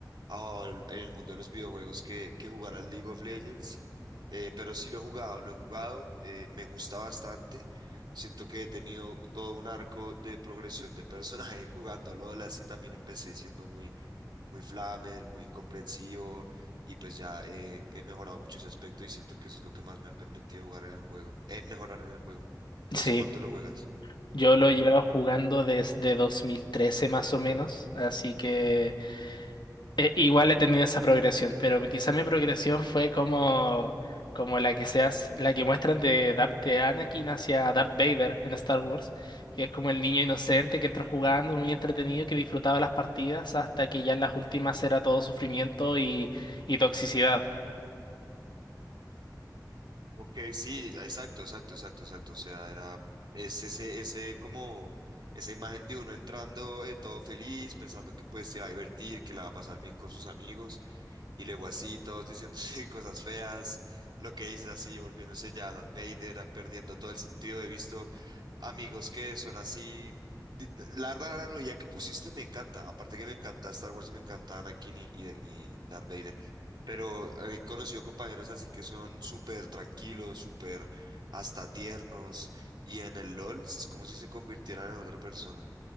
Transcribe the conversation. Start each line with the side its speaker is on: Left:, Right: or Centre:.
Right: a- en el mundo de los videojuegos que, que jugar al League of Legends. Eh, pero sí lo he jugado, lo he jugado, eh, me gusta bastante. Siento que he tenido todo un arco de progresión de personaje <laughs> jugando LOL, así también empecé siendo muy, muy flamer, muy incomprensivo y pues ya eh, he mejorado mucho ese aspecto y siento que eso es lo que más me ha permitido jugar en el juego, eh, mejorar en el juego. ¿Tú
Left: Sí,
Right: hace cuánto lo juegas?
Left: yo lo llevo jugando desde 2013 más o menos, así que Eh, igual he tenido esa progresión, pero quizá mi progresión fue como, como la que seas, la que muestran de Darth de Anakin hacia Darth Vader en Star Wars, que es como el niño inocente que entra jugando, muy entretenido, que disfrutaba las partidas hasta que ya en las últimas era todo sufrimiento y, y toxicidad.
Right: Ok, sí, exacto, exacto, exacto, exacto. O sea, era es ese, ese como esa imagen de uno entrando eh, todo feliz, pensando que pues se va a divertir, que la va a pasar bien con sus amigos. Y luego así, todos diciéndose <laughs> cosas feas, lo que dices así, volviéndose ya Darth Vader, a- perdiendo todo el sentido. He visto amigos que son así. Di- La verdad, la analogía que pusiste me encanta. Aparte que me encanta Star Wars y me encanta Anakin y, y, y Darth Vader. Pero he conocido compañeros así que son súper tranquilos, súper hasta tiernos. Y en el LOL es como si se convirtieran en otra persona.